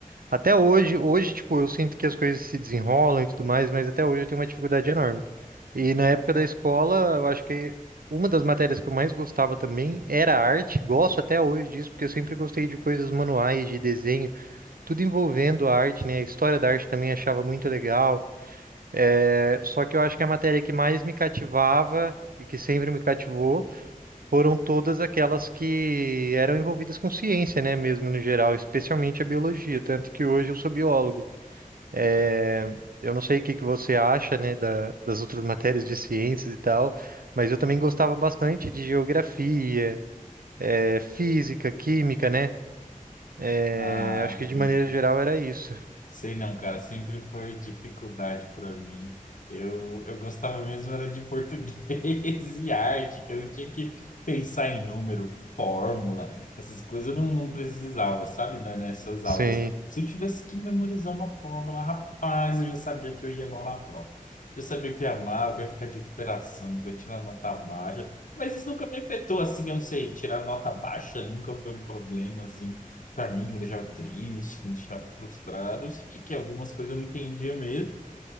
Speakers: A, on the right (about 85°); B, on the left (about 65°).
A: Até hoje, hoje, tipo, eu sinto que as coisas se desenrolam e tudo mais, mas até hoje eu tenho uma dificuldade enorme. E na época da escola, eu acho que uma das matérias que eu mais gostava também era arte. Gosto até hoje disso, porque eu sempre gostei de coisas manuais, de desenho, tudo envolvendo a arte, né? A história da arte também achava muito legal. É, só que eu acho que a matéria que mais me cativava e que sempre me cativou foram todas aquelas que eram envolvidas com ciência, né? Mesmo no geral, especialmente a biologia. Tanto que hoje eu sou biólogo. É, eu não sei o que que você acha, né, da- das outras matérias de ciências e tal, mas eu também gostava bastante de geografia, é, física, química, né? É,
B: Ah,
A: acho que
B: <laughs>
A: de maneira geral era isso.
B: Sei não, cara, sempre foi dificuldade para mim. Eu, eu gostava mesmo era de português <laughs> e arte, que eu tinha que pensar em número, fórmula, essas coisas eu não, não precisava, sabe, né, nessas
A: Sim.
B: aulas. Se eu tivesse que memorizar uma fórmula, rapaz, eu já sabia que eu ia mal na prova. Eu sabia que eu ia mal, que eu ia ficar de recuperação, que eu ia tirar nota baixa. Mas isso nunca me afetou, assim, eu não sei, tirar nota baixa nunca foi um problema, assim pra mim, que me deixava triste, que me deixava frustrado. Eu sabia que algumas coisas eu não entendia mesmo